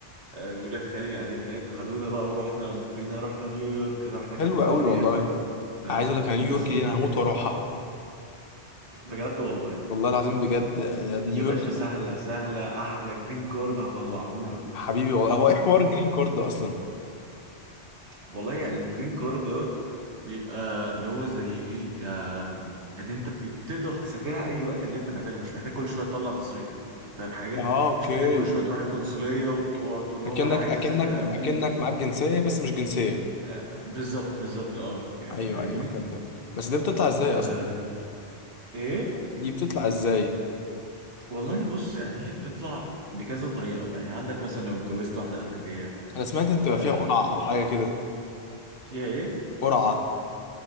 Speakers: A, on the right; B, on the left.
A: آه، ولاد خالي قاعدين هناك خدونا بقى ورحنا ولفينا رحنا نيويورك رحنا كاليفورنيا
B: حلو قوي والله
A: فاهم
B: عايز اقول لك على
A: بالظبط
B: نيويورك دي انا
A: يعني
B: هموت واروحها
A: بجد والله
B: والله العظيم بجد آه، نيويورك
A: يا باشا سهله سهله احلى جرين كارد هطلعهولك
B: حبيبي والله هو ايه حوار الجرين كارد ده اصلا
A: والله يعني الجرين كارد دوت بيبقى اللي هو زي ايه آم، ان انت بي- تقدر تسافرها اي وقت اللي انت محتاجه مش محتاج كل شويه تطلع تصريح فاهم حاجه
B: اه اوكي
A: مش محتاج كل شويه تروح القنصليه وتقعد تقول لهم
B: اكنك
A: انا عايز
B: اكنك
A: اسافر امريكا
B: اكنك معاك جنسيه بس مش جنسيه
A: آه، بالظبط بالظبط اه يعني
B: ايوه
A: فاهمني
B: ايوه فهمتك بس دي بتطلع ازاي
A: آه
B: اصلا
A: ايه
B: دي بتطلع ازاي
A: والله بص يعني هي بتطلع بكذا طريقه يعني عندك مثلا
B: مم.
A: لو اتجوزت واحده امريكيه
B: انا سمعت ان بتبقى
A: آه
B: فيها قرعه او حاجه كده
A: فيها ايه
B: قرعه